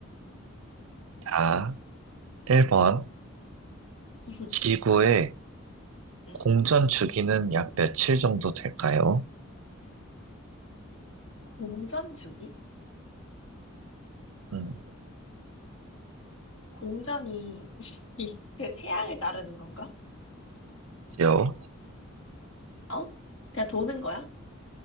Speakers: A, on the right; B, on the left.
A: 자, 1번.
B: <laughs>
A: 지구의
B: 응.
A: 공전 주기는 약 며칠 정도 될까요?
B: 공전 주기?
A: 음,
B: 공전이 <laughs> 그 태양을 따르는 건가?
A: 지요.
B: 어? 그냥 도는 거야?